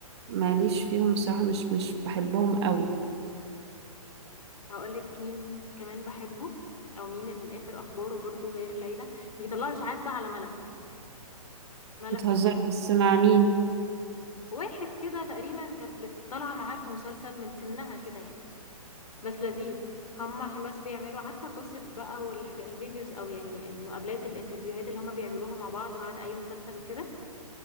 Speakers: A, on the right (about 45°); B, on the left (about 80°).
A: ماليش فيهم الصراحة مش مش بحبهم قوي
B: هقولك مين كمان بحبه أو مين اللي آخر أخباره برضو غير ليلى بيطلعوا إشاعات بقى على ملك ملك
A: بتهزر
B: أخ-
A: بس مع مين
B: واحد كده تقريبا كانت بتطلع معاه في مسلسل من سنها كده يعني بس لذيذ هم عشان بس بيعملوا عارفة كوسب بقى والحاجات الفيديوز أو يعني المقابلات الانترفيوهات اللي هم بيعملوها مع بعض بعد أي مسلسل وكده